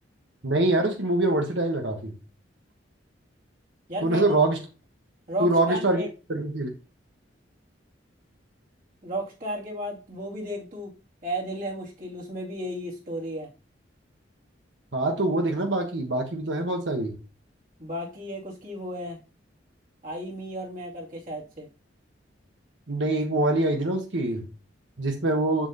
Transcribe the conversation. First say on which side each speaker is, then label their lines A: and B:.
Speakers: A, on the right; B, on the right.
A: नहीं यार उसकी मूवी वर्सेटाइल है काफी
B: यार
A: तूने
B: मैंने
A: तो रॉक
B: तो रॉकस्टार
A: तू रॉक स्टार
B: देख
A: की तरफ से-
B: रॉकस्टार के बाद वो भी देख तू ए दिल है मुश्किल उसमें भी यही स्टोरी है
A: हाँ तो वो देखना बाकी बाकी भी तो है बहुत सारी
B: बाकी एक उसकी वो है आई मी और मैं करके शायद से
A: नहीं एक वो वाली आई थी ना उसकी जिसमें वो